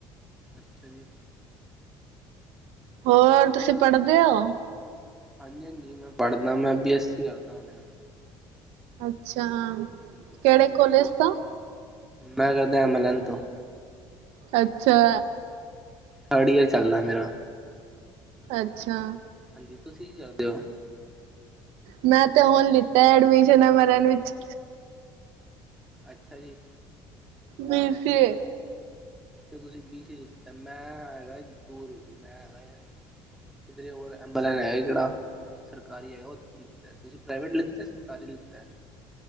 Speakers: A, in the centre; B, on the right (about 80°).
A: ਅੱਛਾ ਜੀ
B: ਹੋਰ ਤੁਸੀਂ ਪੜ੍ਹਦੇ ਹੋ
A: ਹਾਂਜੀ ਹਾਂਜੀ ਮੈਂ ਪੜ੍ਹਨਾ, ਮੈਂ ਬੀ ਐੱਸ ਸੀ ਕਰਦਾਂ ਪਯਾ
B: ਅੱਛਾ
A: ਹਾਂਜੀ।
B: ਕਿਹੜੇ ਕੋਲੇਜ ਤੋਂ
A: ਮੈਂ ਕਰਦਾਂ ਐਮ ਅਲ ਐਨ ਤੋਂ
B: ਅੱਛਾ
A: ਥਰਡ ਈਅਰ ਚੱਲਦਾ ਮੇਰਾ।
B: ਅੱਛਾ।
A: ਹਾਂ ਜੀ, ਤੁਸੀਂ ਕੀ ਕਰਦੇ ਹੋ?
B: ਮੈਂ ਤੇ ਹੁਣ ਲਿੱਤਾ ਐ ਐਡਮਿਸ਼ਨ ਐੱਮ ਏ ਰੱਨ ਵਿੱਚ।
A: ਅੱਛਾ ਜੀ।
B: ਮੈਂ ਫੇਰ।
A: ਤੁਸੀਂ ਵੀ ਇੱਥੇ ਆ ਮੈਂ ਹੈਗਾ ਦੂਰ ਮੈਂ ਹੈਗਾ। ਕਿੱਧਰੇ ਹੋਰ ਐਂਬੂਲੈਂਸ ਹੈਗੀ ਆ ਕਿਹੜੀ? ਸਰਕਾਰੀ ਹੈ ਉਹ ਲਿੱਤੀ ਆ ਤੁਸੀਂ ਪ੍ਰਾਈਵੇਟ ਲਿੱਤੀ ਆ ਸਰਕਾਰੀ ਲਿੱਤੀ ਹੈ।